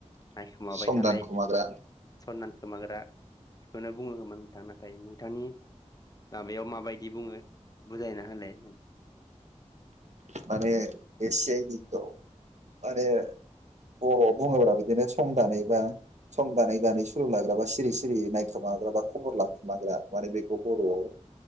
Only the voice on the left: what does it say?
नायखोमाबाय
थानाय
सनमान खोमाग्रा बेखौनो बुङो होमोन नोंथां नाथाय नोंथांनि माबायाव माबायदि बुङो? बुजायना हालाय